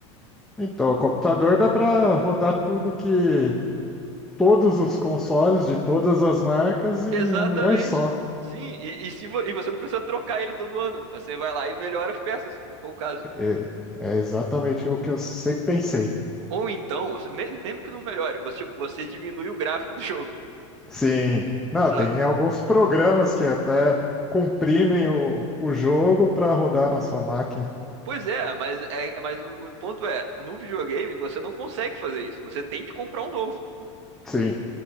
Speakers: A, in the centre; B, on the right.
A: Então, o computador dá para rodar tudo que todos os consoles de todas as marcas em
B: Exatamente.
A: um lugar só.
B: Sim, e, e, se vo- e você não precisa trocar ele todo ano. Você vai lá e melhora as peças, se for o caso.
A: É, é exatamente o que eu sempre pensei.
B: Ou então, você- me- mesmo que não melhore, você, tipo, você diminui o gráfico do <laughs> jogo,
A: Sim. Não,
B: sabe?
A: tem alguns programas que até comprimem o, o jogo para rodar na sua máquina.
B: Pois é, mas, é, mas o, o ponto é, no videogame você não consegue fazer isso. Você tem que comprar um novo.
A: Sim.